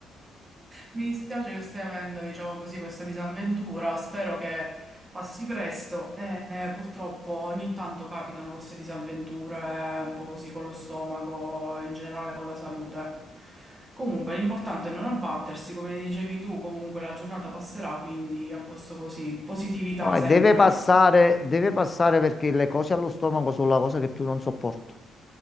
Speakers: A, on the right; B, on the left.
A: Mi dispiace che stai avendo, diciamo così, questa disavventura, spero che passi presto e eh, purtroppo ogni tanto capitano queste disavventure eh, un po' così con lo stomaco, in generale con la salute. Comunque l'importante è non abbattersi, come dicevi tu, comunque la giornata passerà, quindi a posto così, positività
B: No,
A: sempre.
B: e deve passare, deve passare perché le cose allo stomaco sono la cosa che più non sopporto.